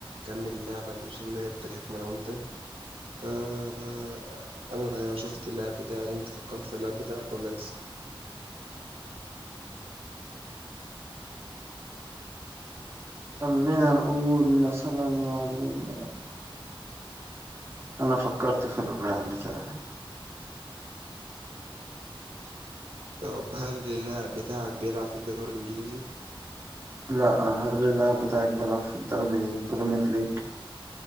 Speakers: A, on the right; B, on the right.
A: كمل اللعبة المسلية بتاعتنا أنا وأنت فأنا شفت اللعب بتاعي أنت فكرت في اللعب بتاعك ولا لسه؟
B: خلينا نقول مثلا يعني انا فكرت في اللاعب بتاعي
A: طب هل اللاعب بتاعك بيلعب في الدوري الإنجليزي؟
B: لا هل اللاعب بتاعك بيلعب في الدوري البريمير ليج